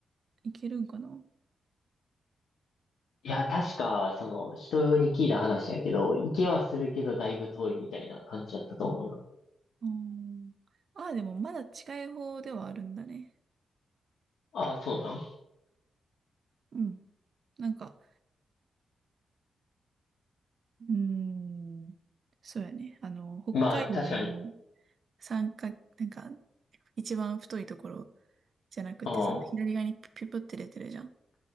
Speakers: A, on the right; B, on the left.
A: いけるんかな
B: いや、確か、その、人に聞いた話やけど、行けはするけど、だいぶ遠いみたいな感じだったと思うな。
A: あーああ、でもまだ近い方ではあるんだね。
B: ああ、そうなん
A: うん。なんか、うーん。そうやね。あの、北海道の
B: まあ、確かに、
A: 三角、なんか、一番太いところじゃなくてさ、
B: うん。
A: 左側にピポって出てるじゃん。